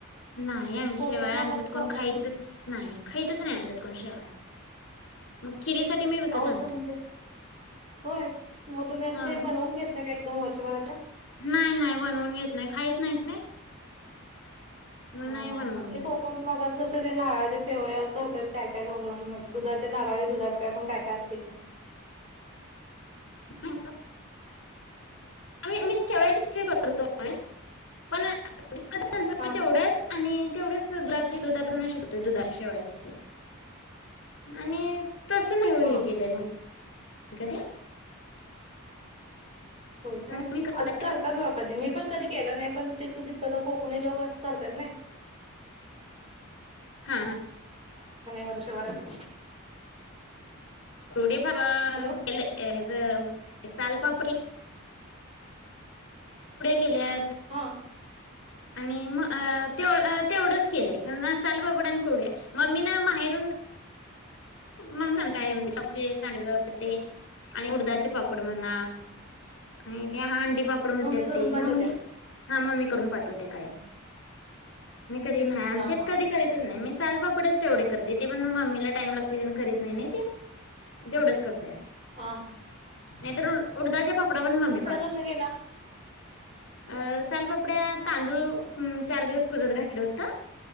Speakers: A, on the left; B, on the right.
A: नाही आम्ही
B: कोकण
A: शेवाळया
B: भागात
A: आमच्यात कोण
B: करतात
A: खाईतच
B: ना
A: नाही. खाईतच नाही आमच्यात कोण शेवाळया. मग. खिरीसाठी मी विकत
B: अहो
A: आणते
B: तुमचे होय मग, तुम्ही असं
A: हा
B: ते बनवून घेत नाही काय? म वर्षभरासाठी
A: नाही नाही बनवून घेत नाही खायत नाहीत नाही मग
B: हा
A: नाही बनवून
B: म्हणजे
A: घेत
B: कोकण भागात कसं ते नारळाच्या शेवय करतात काय काय घालून दुधाच्या नारज दुधातल्यातून काय काय असते कि
A: ी <inaudible> शेवयची खीर करतोय पण तेवढ्याच
B: हा
A: आणि तेवढेच दुधा दुध शिकत दुधा शेवायची की आणि तसं नाही
B: हा
A: हे केलेलं
B: हा हा
A: म कधी
B: हो का
A: तर मी करताय
B: असं करतात
A: का
B: बा कधी मी पण कधी केलं नाही पण ते त तिकडं कोकणी लोक असं करतात ना
A: हा
B: वर्षभरात
A: कुडे भावा <inaudible> हा
B: हॅलो
A: प्रश्न केल्यात
B: हा
A: आणि म ते तेवढंच केलंय सालपापड आणि कुड्या मम्मी ना माहेरून ममी सांडगप ते आणि उडदाचे पापड म्हणा आणि ते हंडी <inaudible> पापड
B: मम्मी
A: म
B: करून
A: ते
B: पाठवत्या
A: म्मी हा मममी करून कायम मी कधी नाही आमच्यात
B: हा हा
A: कधी
B: हा
A: करीतच नाही मील पडच तेवढे करते ते पण मम्मीला टाइम लागते करत नाही तेवढंच करते
B: हा हा
A: नाहीेतर उडदाचे पापडा पण मम्मी पाठवते
B: कशा केला
A: अ सालपापड आपडे तांदूळ चार दिवस कुजत घातले होत